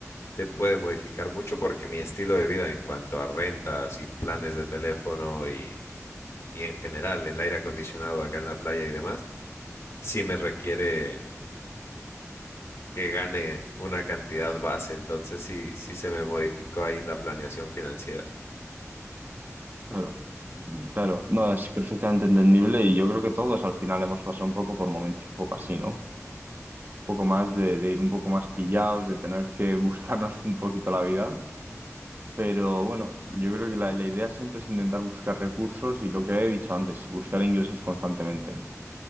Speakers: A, on the left; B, on the right.
A: te puede modificar mucho porque mi estilo de vida en cuanto a rentas y planes de teléfono y, y en general el aire acondicionado acá en la playa y demás, sí me requiere que gane una cantidad base, entonces sí, sí se me modificó ahí la planeación financiera.
B: Claro, Mm, claro, no, es perfectamente entendible y yo creo que todos al final hemos pasado un poco por momentos un poco así, ¿no? Un poco más de, de ir un poco más pillados, de tener que <laughs> buscarnos un poquito la vida, pero bueno, yo creo que la, la idea siempre es intentar buscar recursos y lo que he dicho antes, buscar ingresos constantemente.